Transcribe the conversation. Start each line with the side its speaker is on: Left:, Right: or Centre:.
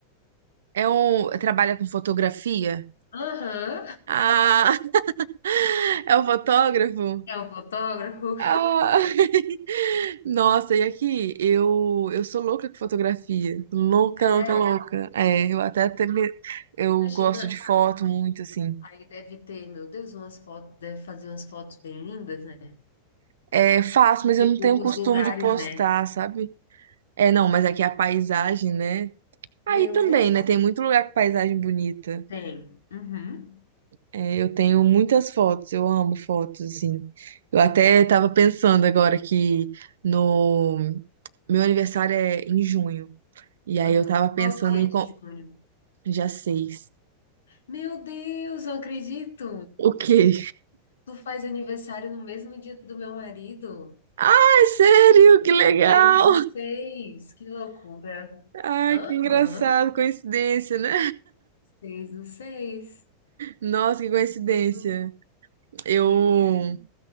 Right: É um... Trabalha com fotografia?
Left: Aham,
Right: Ah, <laughs> é um fotógrafo?
Left: <laughs> é o fotógrafo.
Right: Ah. <laughs> Nossa, e aqui, eu, eu sou louca com fotografia. Louca,
Left: É,
Right: louca, louca. É, eu até, até me- eu
Left: imagina,
Right: gosto de foto
Left: aí,
Right: muito, assim.
Left: aí deve ter, meu Deus, umas fotos, deve fazer umas fotos bem lindas, né?
Right: É, faço, mas
Left: Tipo,
Right: eu não tenho costume
Left: os lugares,
Right: de postar,
Left: né?
Right: sabe? É, não, mas aqui a paisagem, né?
Left: Meu
Right: Aí também,
Left: Deus.
Right: né? Tem muito lugar com paisagem bonita.
Left: Tem. Uhum.
Right: É, eu tenho muitas fotos, eu amo fotos, assim. Eu até tava pensando agora que no meu aniversário é em junho. E
Left: Aham.
Right: aí eu tava
Left: Qual
Right: pensando
Left: dia
Right: em,
Left: de junho?
Right: Já sei.
Left: Meu Deus, eu acredito!
Right: O quê?
Left: Tu faz aniversário no mesmo dia do meu marido?
Right: Ai, sério? Que legal!
Left: Seis do seis, que loucura!
Right: Ai,
Left: Aham,
Right: que engraçado, coincidência, né?
Left: Seis do seis.
Right: Nossa, que coincidência.
Left: Seis de junho.
Right: Eu.
Left: Pois é.